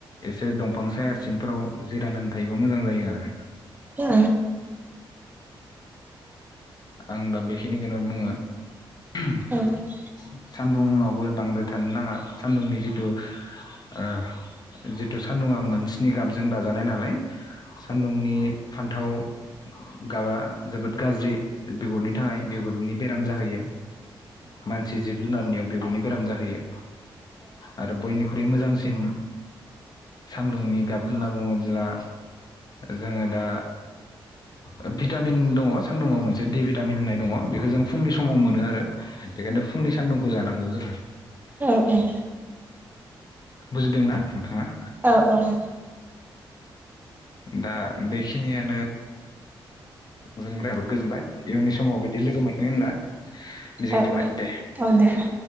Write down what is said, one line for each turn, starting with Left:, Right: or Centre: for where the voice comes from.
Left: एसे दंफां साया सिंफोराव जिरायनानै थायोबा मोजां जायो आरो।
Right: औ
Left: आं दा बेखिनिखौनो बुङो। <unintelligible>
Right: औ
Left: सान्दुङावबो बांद्राय थानो नाङा सान्दुंनि जिथु ओ जिथु सान्दुङा मोनस्नि गाबजों दाजानाय नालाय सान्दुंनि फान्थाव गाबा जोबोद गाज्रि बिगुरनि थाखाय बिगुरनि बेराम जाहोयो। मानसि जिब जुनारनियाव बिगुरनि बेराम जाहोयो। आरो बयनिख्रुइ मोजां सिन सान्दुंनि गाब होनना बुङोब्ला जोङो दा ओ भिटामिन दङ सान्दुङाव मोनसे दिभिटामि होननाय दङ बेखौ जों फुंनि समाव मोनो आरो बेखायनो फुंनि सान्दुंखौ जानांगौ जोङो।
Right: औ औ
Left: बुजिदोंना नोंथाङा?
Right: औ औ <unintelligible>
Left: दा बेखिनियानो <unintelligible> जोबोद गोजोनबाय। इयुननि समाव बिदि लोगो मोनथों होनना मिजिं
Right: औ
Left: थाबाय
Right: औ
Left: दे।
Right: औ दे औ